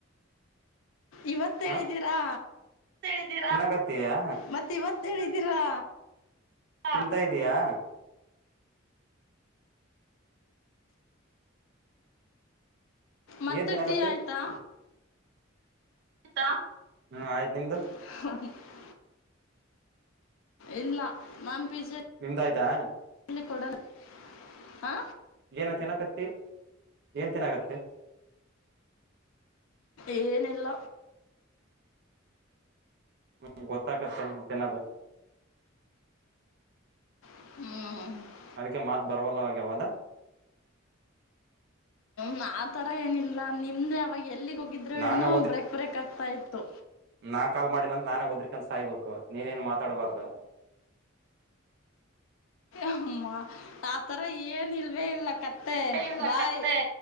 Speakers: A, on the left; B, on the right.
A: ಇವತ್ತೇಳಿದೀರಾ
B: ಹ ತಿನ್ನಕತ್ತಯಾ
A: ಮತ್ತೆ ಇವತ್ ಹೇಳಿದೀರಾ
B: ತಿಂತಾ ಇದಿಯಾ
A: ಮತ್ತೆ
B: ಏನ್ ತಿನ್ನಕತ್ತಿ
A: ಟೀ ಆಯ್ತಾ
B: <unintelligible> ಹ್ಮ್ ಆಯ್ತ್ ನಿಮ್ದು
A: ಹ ಇಲ್ಲ ನಾನ್ ಪಿಜಿ
B: ನಿಮ್ದ ಆಯ್ತಾ
A: ಲ್ಲಿ ಕೊಡೋಣ ಹಾ
B: ಏನ ತಿನ್ನಕತ್ತತಿ ಏನ್ ತಿನ್ನಕತ್ತತಿ
A: ಏನಿಲ್ಲ
B: ಹ್ಮ ಗೊತ್ತಾಗತ ತಿನ್ನೋದು.
A: ಹ್ಮ್ ಹ್ಮ್.
B: ಅದಕ್ಕೆ ಮಾತ್ ಬರವಲ್ಲ ಆಗ್ಯಾವಲ.
A: ನ ಆತರ ಏನಿಲ್ಲ ನಿಮ್ದೆ ಅವಾಗ ಎಲ್ಲಿಗೆ ಹೋಗಿದ್ರು
B: ನಾನೇ
A: ಏನೋ ಬ್ರೇಕ್ ಬ್ರೇಕ್ ಆಗ್ತಾ ಇತ್ತು
B: ನಾನ್ ಕಾಲ್ ಮಾಡಿದನಂದ ನಾನೇ ಓದ್ರಕನ್ ಸಾಯ್ಬೇಕು ನೀನ್ನ್ ಮಾತಾಡ್ಬಾರು
A: ಅಮ್ಮ ಆಥರ ಏನು ಇಲ್ವೇ ಇಲ್ಲ ಕತ್ತೆ
B: ಇಲ್ಲ
A: ಬಾಯ್.
B: ಕತ್ತೆ